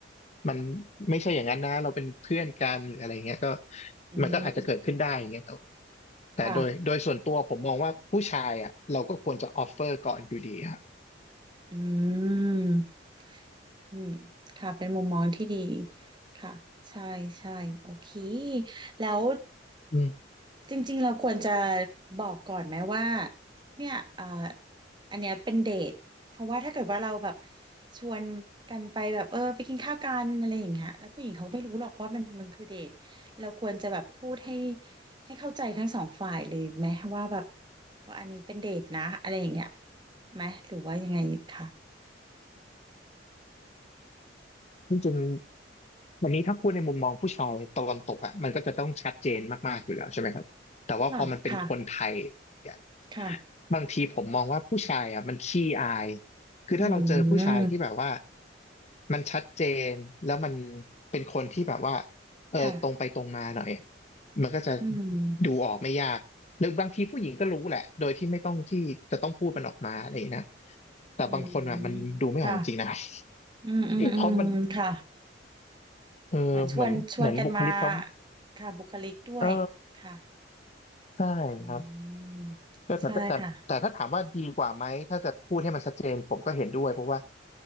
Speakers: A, on the left; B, on the right.
A: มันไม่ใช่อย่างนั้นนะเราเป็นเพื่อนกันหรืออะไรเงี้ยก็
B: อืม
A: มันก็อาจจะเกิดขึ้นได้อย่างเงี้ยแต่แต่โดยโดยส่วนตัวผมมองว่าผู้ชายอ่ะเราก็ควรจะออฟเฟอร์ก่อนอยู่ดีครับ
B: ค่ะอืมอืมค่ะเป็นมุมมองที่ดีค่ะใช่ใช่โอเคแล้ว
A: อืม
B: จริงๆเราควรจะบอกก่อนไหมว่าเนี่ยเอ่ออันเนี้ยเป็นเดทเพราะว่าถ้าเกิดว่าเราแบบชวนกันไปแบบเออไปกินข้าวกันอะไรอย่างเงี้ยแล้วผู้หญิงเขาไม่รู้หรอกว่ามันมันคือเดทเราควรจะแบบพูดให้ให้เข้าใจทั้งสองฝ่ายเลยไหมว่าแบบว่าอันนี้เป็นเดทนะอะไรอย่างเงี้ยไหมหรือว่ายังไงคะ
A: จริง วันนี้ถ้าพูดในมุมมองผู้ชายตะวันตกอ่ะมันก็จะต้องชัดเจนมากๆอยู่แล้วใช่ไหมครับแต่ว่าพอมันเป็นคนไทย
B: ค่ะค่ะ
A: อ่ะ
B: ค่ะ
A: บางทีผมมองว่าผู้ชายอ่ะมันขี้อายคือถ้าเราเจอผู้ชายที่แบบว่า
B: อืม
A: มันชัดเจนแล้วมันเป็นคนที่แบบว่าเออตรงไปตรงมาหน่อยอะ
B: ค่ะ
A: มันก็จะ
B: อืม
A: ดูออกไม่ยากหรือบางทีผู้หญิงก็รู้แหละโดยที่ไม่ต้องที่จะต้องพูดมันออกมาอะไรอย่างนี้ยนะแต่บางคนอ่ะมันดูไม่ออกจริงนะ
B: อืมค่ะ
A: <laughs> คร
B: อืมอืมอืมค่ะ
A: ับเพราะมันเออเหมือนเหมือนบุคลิกเขา
B: เหมือนชวนชวนกันมาค่ะบุคลิกด้วย
A: เออ
B: ค่ะ
A: ใช่ครับ
B: อืม
A: แต่แต่แต่แต่ถ้าถามว่าดีกว่าไหมถ้าจะพูดให้มันชัดเจนผมก็เห็นด้วยเพราะว่า
B: ใช่ค่ะ